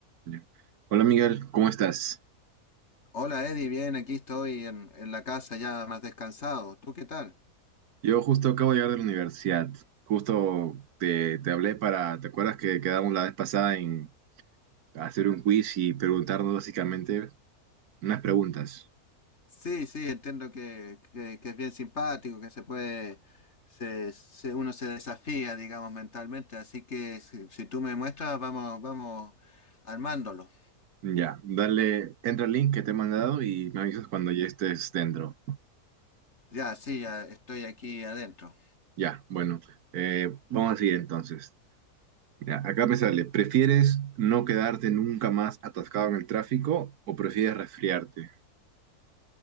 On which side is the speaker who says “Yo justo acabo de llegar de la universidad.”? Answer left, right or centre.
Right